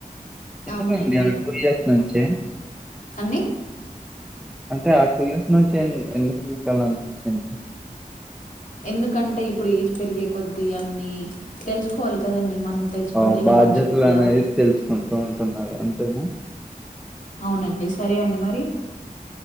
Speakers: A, in the centre; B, on the left.
A: ఎందుకండి
B: అవునండి
A: ఆ టూ ఇయర్స్ నుంచే
B: అన్నీ
A: అంటే ఆ టూ ఇయర్స్ నుంచే ఎందు ఎందుకు మికళ్ళ అనిపించింది
B: ఎందుకంటే ఇప్పుడు ఏజ్ పెరిగే కొద్దీ అన్ని తెలుసుకోవాలి కదండి మనం తెలుసుకుంటేనే
A: ఆ బాధ్యతలు
B: మంచిది కదా
A: అనేవి తెలుసుకుంటూ ఉంటున్నారు అంతేనా
B: అవునండి సరే అండి మరి